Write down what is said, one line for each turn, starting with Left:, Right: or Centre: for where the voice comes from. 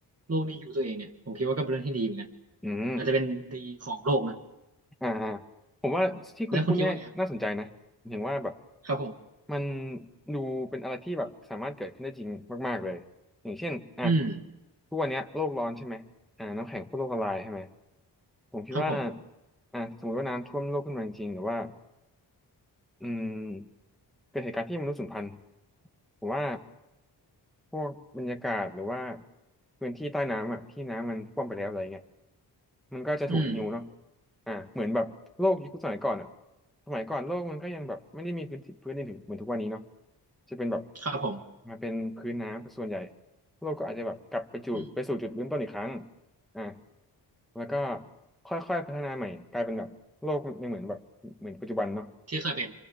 Right: โลกนี้ฮีลตัวเองเนี่ยผมคิดว่าก็เป็นเรื่องที่ดีเหมือนกัน
Centre: อืม
Right: อาจจะเป็นดีของโลกนะ
Centre: อ่าอ่าผมว่าที่คุณพูดเนี่ยน่าสนใจนะเห็นว่าแบบ
Right: แล้วคุณคิดว่าไงครับครับผม
Centre: มันดูเป็นอะไรที่แบบสามารถเกิดขึ้นได้จริงมากๆเลยอย่างเช่นอ่ะ
Right: อืม
Centre: ทุกวันเนี้ยโลกร้อนใช่ไหมอ่าน้ำแข็งขั้วโลกละลายใช่ไหมผมคิดว่า
Right: ครับผม
Centre: อ่ะสมมติว่าน้ำท่วมโลกขึ้นมาจริงๆหรือว่าอืมเกิดเหตุการณ์ที่มนุษย์สูญพันธุ์ผมว่า พวกบรรยากาศหรือว่าพื้นที่ใต้น้ำอ่ะที่น้ำมันท่วมไปแล้วอะไรเงี้ยมันก็จะถูกหิวเนาะ
Right: อืม
Centre: อ่าเหมือนแบบโลกยุคสมัยก่อนอ่ะสมัยก่อนโลกมันก็ยังแบบไม่ได้มีพื้นที่พื้นดินถึงเหมือนทุกวันนี้เนาะจะเป็นแบบ
Right: ครับผม
Centre: มาเป็นพื้นน้ำเป็นส่วนใหญ่โลกก็อาจจะแบบกลับไปจุดไปสู่จุดเริ่มต้นอีกครั้ง
Right: อืม
Centre: อ่าแล้วก็ค่อยๆพัฒนาใหม่กลายเป็นแบบโลกยังเหมือนแบบเหมือนปัจจุบันเนาะ
Right: ที่เคยเป็น